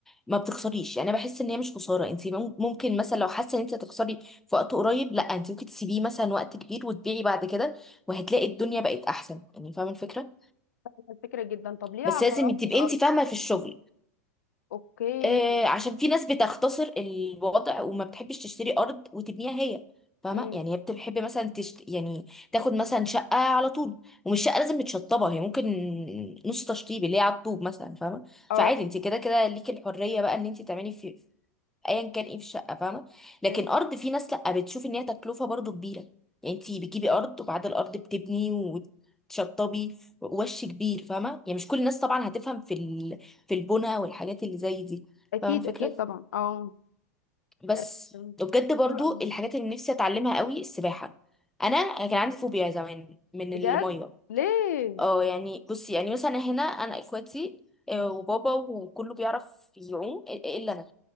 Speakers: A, in the centre; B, on the left.
A: ما بتخسريش يعني انا بحس ان هي مش خساره انت مم- ممكن مثلا لو حاسه ان انت هتخسري في وقت قريب لا انت ممكن تسيبيه مثلا وقت كبير وتبيعي بعد كده وهتلاقي الدنيا بقت احسن يعني فاهمه الفكره
B: فاهمة الفكره جدا طب ليه
A: بس
B: عقارات
A: لازم تبقي
B: مش ارض
A: انت فاهمه في الشغل
B: اوكي
A: آه عشان في ناس بتختصر الوضع وما بتحبش تشتري ارض وتبنيها هي فاهمه
B: امم
A: يعني هي بتحب مثلا تشت... يعني تاخد مثلا شقه على طول ومش شقه لازم متشطبه هي ممكن نص تشطيب اللي هي على الطوب مثلا فاهمه
B: اه
A: فعادي انت كده كده ليكي الحريه بقى ان انت تعملي في ايا كان ايه في الشقه فاهمه لكن
B: مم.
A: ارض في ناس لا بتشوف ان هي تكلفه برضو كبيره يعني انت بتجيبي ارض وبعد الارض بتبني وتشطبي وش كبير فاهمه يعني مش كل الناس طبعا هتفهم في ال... في البنى والحاجات اللي زي دي
B: اكيد
A: فاهمه الفكره
B: اكيد طبعا اه
A: بس
B: آه،
A: وبجد برضو
B: حلو قوي
A: الحاجات اللي نفسي اتعلمها قوي السباحه انا كان عندي فوبيا زمان من الميه
B: بجد ليه
A: اه يعني بصي يعني مثلا هنا انا اخواتي آه، وبابا وكله بيعرف يعوم الا انا